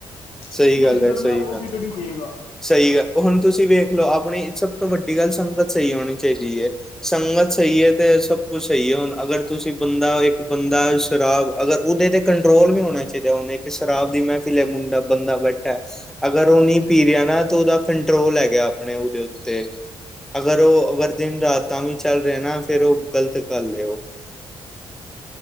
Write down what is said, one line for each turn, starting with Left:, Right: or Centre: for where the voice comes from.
Left: ਜਿੰਨੇ
Centre: ਸਹੀ ਗੱਲ
Left: ਵਿਗੜਨਾ
Centre: ਐ, ਸਹੀ
Left: ਉਹ
Centre: ਗੱਲ
Left: ਵਿਗੜ
Centre: ਐ।
Left: ਹੀ ਦੇਗਾ
Centre: ਸਹੀ ਗੱਲ ਹੁਣ ਤੁਸੀਂ ਵੇਖ ਲਓ ਆਪਣੀ ਸਭ ਤੋਂ ਵੱਡੀ ਗੱਲ ਸੰਗਤ ਸਹੀ ਹੋਣੀ ਚਾਹੀਦੀ ਹੈ ਏ ਸੰਗਤ ਸਹੀ ਤੇ ਸਭ ਕੁਛ ਸਹੀ ਹੈ ਹੁਣ ਅਗਰ ਤੁਸੀਂ ਬੰਦਾ ਇੱਕ ਬੰਦਾ ਸ਼ਰਾਬ ਅਗਰ ਉਹਦੇ ਤੇ ਕੰਟਰੋਲ ਵੀ ਹੋਣਾ ਚਾਹੀਦਾ ਹੁਨ ਇੱਕ ਸ਼ਰਾਬ ਦੀ ਮਹਿਫ਼ਿਲ ਹੈ ਮੁੰਡਾ ਬੰਦਾ ਬੈਠਾ ਅਗਰ ਉਹ ਨਹੀਂ ਪੀ ਰਿਹਾ ਨਾ ਤਾਂ ਉਹਦਾ ਕੰਟਰੋਲ ਹੈਗਾ ਆਪਣੇ ਉਹਦੇ ਉੱਤੇ ਅਗਰ ਉਹ ਅਗਰ ਦਿਨ ਰਾਤ ਤਾਂ ਵੀ ਚੱਲ ਰਿਹਾ ਨਾ ਫੇਰ ਉਹ ਗ਼ਲਤ ਗਲ ਉਹ